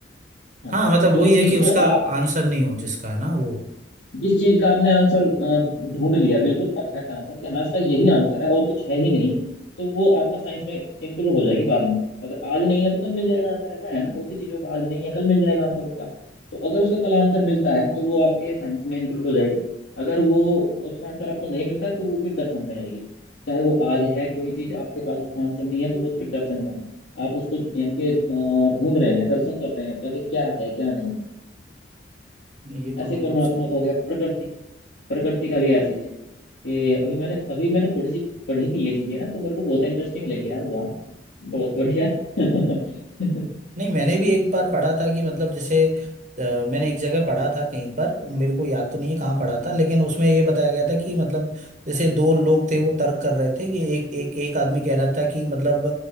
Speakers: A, on the left; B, on the right.
A: हाँ
B: हाँ मतलब
A: जो
B: वही
A: चीज
B: है कि उसका
A: को
B: आंसर
A: आपने
B: नहीं हो जिसका है ना वो
A: जिस चीज का आपने आंसर ढूंढ लिया बिल्कुल परफेक्ट आंसर कि हाँ इसका यही आंसर है और कुछ है ही नहीं तो वो आपका साइंस में इंक्लूड हो जाएगी बाद में अगर आज नहीं है तो कल मिल जाएगा आंसर ऐसा है ना बहुत सी चीजों का आज नहीं है कल मिल जाएगा आंसर उसका तो अगर उसका कल आंसर मिलता है तो वो आपके साइंस में इंक्लूड हो जाएगी अगर वो उसका आंसर आपको नहीं मिलता है तो वो फिर दर्शन में रहेगी चाहे वो आज है कोई चीज आपके पास उसका आंसर नहीं है तो वो फिर दर्शन में है आप उसको यानी कि अ, ढूंढ रहे हैं दर्शन कर रहे हैं उसका कि क्या है क्या नहीं है
B: नहीं ये तो
A: ऐसे
B: बिल्कुल
A: परमात्मा
B: सही
A: को है प्रकृति प्रकृति का भी ऐसा ही है कि अभी मैंने अभी मैंने थोड़ी सी पढ़ी थी ये चीजें ना तो मेरे को बहुत इंटरेस्टिंग लगी यार वाह बहुत बढ़िया <laughs> हम्म
B: नहीं मैंने भी एक बार पढ़ा था कि मतलब जैसे अ, मैंने एक जगह पढ़ा था कहीं पर मेरे को याद तो नहीं है कहाँ पढ़ा था लेकिन उसमें ये बताया गया था कि मतलब जैसे दो लोग थे वो तर्क कर रहे थे कि एक एक एक आदमी कह रहा था कि मतलब